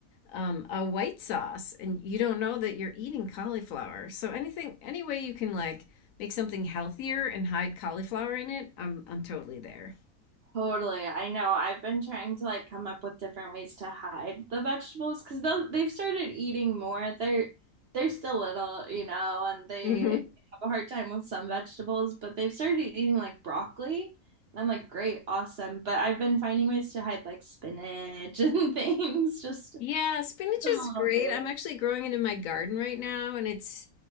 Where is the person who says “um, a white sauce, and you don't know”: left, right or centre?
Left